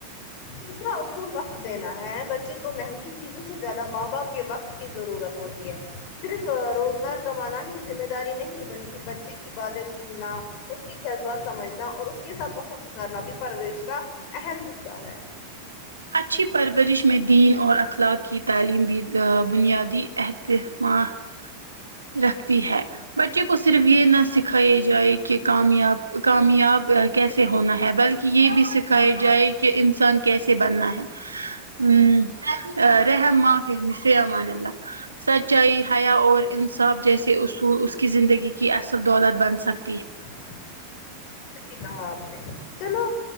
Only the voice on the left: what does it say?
تسرا اصول وقت دینا ہے بچے کو مہنگی چیزوں سے زیادہ ماں باپ کے وقت کی ضرورت ہوتی ہے صرف روزگار کمانا ہی ذمہ داری نہیں بلکہ بچے کی باتیں سننا اس کے جذبات سمجھنا اور اس کے ساتھ وقت گزارنا بھی پروریش کا اہم حص سا ہے
اچھا صحیح کہا آپ نے چلو